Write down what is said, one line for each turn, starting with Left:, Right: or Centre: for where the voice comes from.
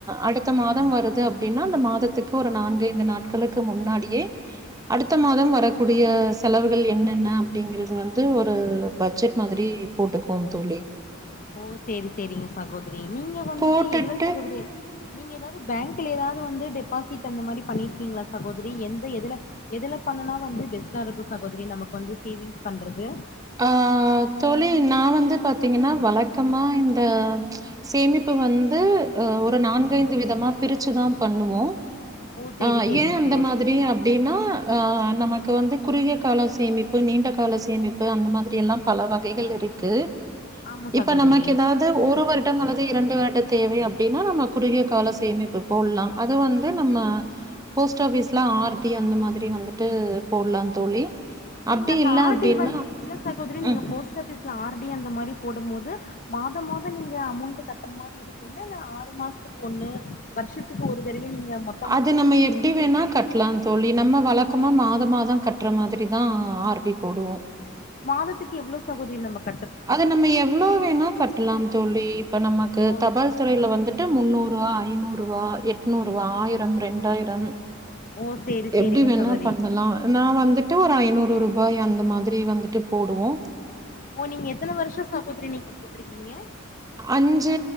Right: அடுத்த மாதம் வருது அப்டின்னா அந்த மாதத்துக்கு ஒரு நான்கு ஐந்து நாட்களுக்கு முன்னாடியே அடுத்த மாதம் வரக்கூடிய செலவுகள் என்னென்ன அப்படிங்கறது வந்து ஒரு பட்ஜெட் மாதிரி போட்டுக்குவோம் தோழி
Left: ஓ சேரி சேரிங்க சகோதரி நீங்க வந்துட்டு
Right: போட்டுட்டு
Left: எதுல சகோதரி நீங்க ஏதாவது பேங்க்ல ஏதாவது வந்து டெபாசிட் அந்த மாதிரி பண்ணிருக்கீங்களா சகோதரி எந்த எதுல எதுல பண்ணுனா வந்து பெஸ்ட்டா இருக்கு சகோதரி நமக்கு வந்து சேவிங்ஸ் பண்றது
Right: ஆ தோழி நா வந்து பாத்தீங்கன்னா வழக்கமா இந்த சேமிப்பு வந்து அ ஒரு நான்கைந்து விதமா பிரிச்சுதா பண்ணுவோ
Left: ஓ சேரி
Right: ஆ
Left: சேரிங்க
Right: ஏ அந்த
Left: சகோதரி
Right: மாதிரி அப் அப்டின்னா ஆ நமக்கு வந்து குறுகிய கால சேமிப்பு நீண்ட கால சேமிப்பு அந்த மாதிரி எல்லா பல வகைகள் இருக்கு
Left: ஆமா சகோதரி
Right: இப்ப நமக்கு ஏதாவ்து ஒரு வருடம் அல்லது இரண்டு வருடம் தேவை அப்டின்னா நம்ம குறுகிய கால சேமிப்பு போல்லாம் அது வந்து நம்ம போஸ்ட் ஆபிஸ்ல ஆர்டி அந்த மாதிரி வந்துட்டு போட்லாம் தோழி
Left: நீங்க
Right: அப்டி
Left: அந்த
Right: இல்ல
Left: ஆர்டி
Right: அப்டின்னா
Left: வந்து இல்ல சகோதரி நீங்க
Right: ம்.
Left: போஸ்ட் ஆபீஸ்ல ஆர்டி அந்த மாரி போடும் போது மாதம் மாதம் நீங்க அமௌண்ட் கட்டுற மாதிரி இருக்குங்க இல்ல ஆறு மாசத்துக்கு ஒண்ணு வர்ஷத்துக்கு ஒரு தடவை நீங்க மா
Right: அது நம்ம எப்டி வேணா கட்லான் தோழி நம்ம வழக்கமா மாதம் மாதம் கட்டுற மாதிரி தா ஆர்டி போடுவோ
Left: மாதத்துக்கு எவ்ளவு சகோதரி நமக்
Right: அது நம்ம எவ்ளோ வேணா கட்டலாம் தோலி இப்ப நமக்கு
Left: ஓ
Right: தபால்துறைல வந்து ட்டு முன்னூறு ருவா ஐநூறுவா எட்நூறுவா ஆயிரம் ரெண்டாயிரம்
Left: ஓ சேரி சேரிங்க
Right: எப்டி வேணா
Left: சகோதரி
Right: பண்ணலா நா வந்துட்டு ஒரு ஐநூறு ருபாய் அந்த மாதிரி வந்துட்டு போடுவோ
Left: ஓ நீங்க எத்தன வருஷ சகோதரி நீங்க போட்டிருக்கீங்க
Right: அஞ்சு